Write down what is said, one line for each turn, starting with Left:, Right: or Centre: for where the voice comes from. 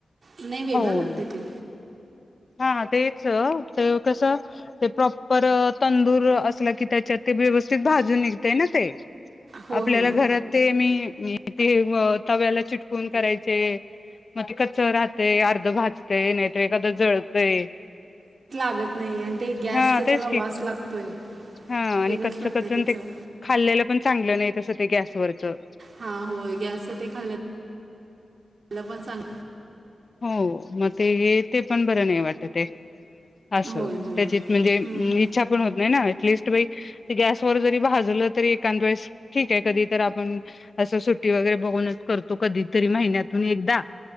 Right: नाही वेगळं
Left: हो,
Right: लागते ते
Left: हा तेच, सगळं कस ते प्रॉपर तंदूर, असलकी त्याच्यात ते व्यवस्थित भाजून निघतेय ना ते
Right: हो
Left: आपल्याला
Right: हो
Left: घरात ते मी ते अं, तव्याला चिटकून करायचे म ते कच्च राहत. ते अर्ध भाजतय, नाही तर एखादं जळतंय.
Right: भाजत नाही आणि ते गॅसचं
Left: हा तेच
Right: त्याला
Left: की,
Right: वास लागतोय
Left: हा आणि
Right: वेगळंच
Left: कच्च
Right: लागते
Left: कच्चन ते
Right: चव
Left: खाल्लेलं पण चांगलं नाही तसं ते गॅसवरचं.
Right: हा होय, गॅस ते खाल्लं आपल पण सांग.
Left: हो, म ते हे ते पण बरं नाही वाटतय. असं
Right: होय होय
Left: त्याच्यात म्हणजे,
Right: हं,
Left: इच्छा पण होत नाही ना, ऍटटलिस्ट बाई गॅसवर जरी भाजलं तरी, एखांद वेळेस ठीक आहे, कधी तर आपण- असं सुट्टी वगैरे बघूनच करतो कधी तरी महिन्यातून एकदा.